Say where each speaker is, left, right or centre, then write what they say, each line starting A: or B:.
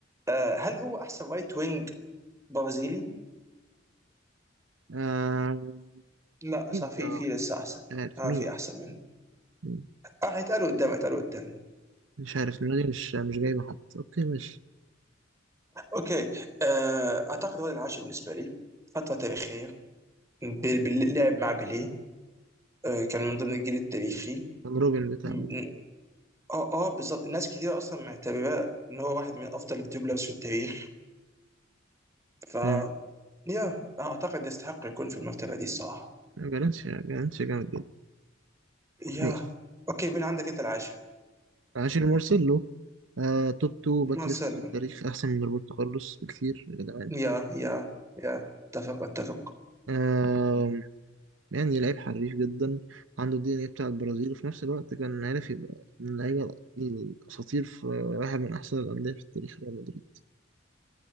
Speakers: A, on the right (about 15°); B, on the right (about 80°).
A: آه، هل هو احسن رايت وينج برازيلي
B: آه،
A: لا
B: اكيد
A: صح في
B: اه
A: في لسه احسن
B: مش عارف
A: اه
B: مين
A: في احسن منه
B: مين؟
A: اه هيتقالوا قدام هيتقالوا قدام
B: مش عارف دماغي مش مش جايبه حد اوكي ماشي
A: اوكي آه اعتقد هو العاشر بالنسبه لي فتره تاريخيه بال- باللعب مع بيليه آه كان من ضمن الجيل التاريخي
B: كان روبن بتاع
A: م-
B: مين؟
A: م- اه اه بالظبط ناس كتير اصلا معتبراه ان هو واحد من افضل الدبلرز في التاريخ ف
B: امم
A: يا اعتقد يستحق يكون في المرتبه دي الصراحه
B: جالنتش جالنتش جامد جدا
A: يا
B: ماشي
A: اوكي مين عندك انت العاشر
B: عاشر مارسيلو آه توب تو باك
A: ما
B: ليفت
A: سلم
B: في التاريخ أحسن من روبرتو كارلوس بكتير يا جدعان
A: يا يا يا اتفق اتفق
B: آه يعني لعيب حريف جدا عنده الدي إن إيه بتاع البرازيل وفي نفس الوقت كان عارف يبقى من اللعيبة الأساطير في واحد من أحسن الأندية في التاريخ ريال مدريد